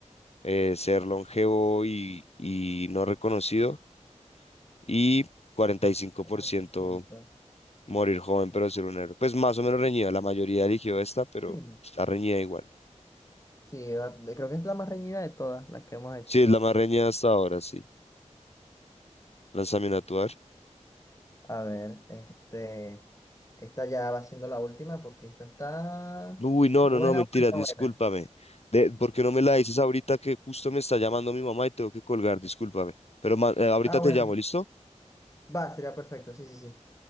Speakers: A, on the left; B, on the left.
A: eh, ser longevo y, y no reconocido, y 45%
B: cuarenta y cinco
A: Morir joven, pero ser un héroe. Pues más o menos reñida. La mayoría eligió esta, pero
B: Sí,
A: está reñida igual.
B: sí, va- creo que es la más reñida de todas las que hemos hecho.
A: Sí, es la más reñida hasta ahora, sí. Lánzame a tuar.
B: A ver, este, esta ya va siendo la última porque esta está
A: Uy, no,
B: buena,
A: no, no, mentira,
B: buena,
A: discúlpame.
B: buena.
A: De, ¿por qué no me la dices ahorita que justo me está llamando mi mamá y tengo que colgar? Discúlpame. Pero ma- eh, ahorita
B: Ah,
A: te
B: bueno,
A: llamo, ¿listo?
B: va, sería perfecto, sí, sí, sí.